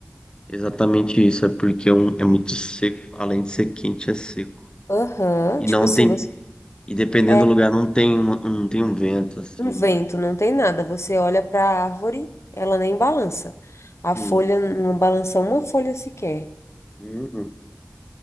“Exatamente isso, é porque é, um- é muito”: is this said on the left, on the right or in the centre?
Left